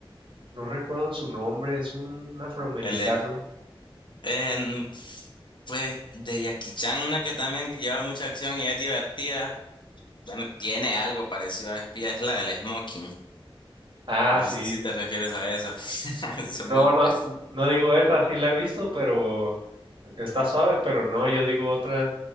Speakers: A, on the right (about 60°); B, on the left (about 55°).
A: no recuerdo su nombre, es un afroamericano.
B: él es, en- pues de Jackie Chan, una que también lleva mucha acción y es divertida. Bueno, tiene algo parecido a Espía, es la del Smoking.
A: Ah,
B: No
A: sí.
B: sé si te refieres a eso. <laughs> Es muy
A: No,
B: buena.
A: no, no digo esa, sí la he visto, pero está suave, pero no, yo digo otra,